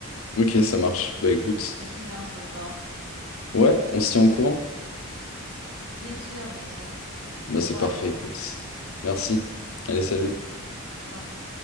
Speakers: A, on the left; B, on the right.
A: ok ça marche bah écoute
B: Mais sinon, on se reparle.
A: ouais on se tient au courant
B: Bien sûr, bien sûr.
A: bah
B: Au
A: c'est
B: revoir,
A: parfait
B: allez.
A: écoute merci allez salut
B: Je t'en prie.